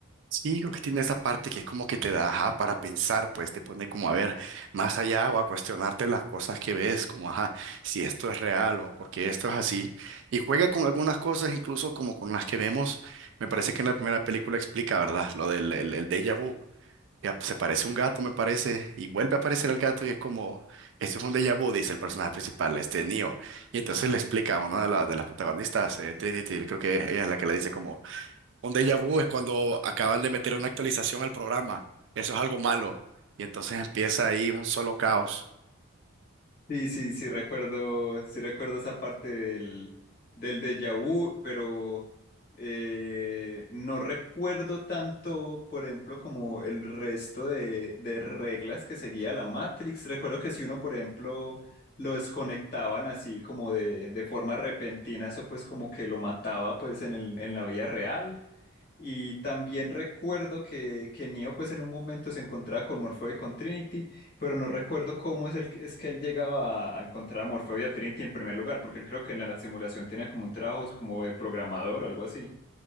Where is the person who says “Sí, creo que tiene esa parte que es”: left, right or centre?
Right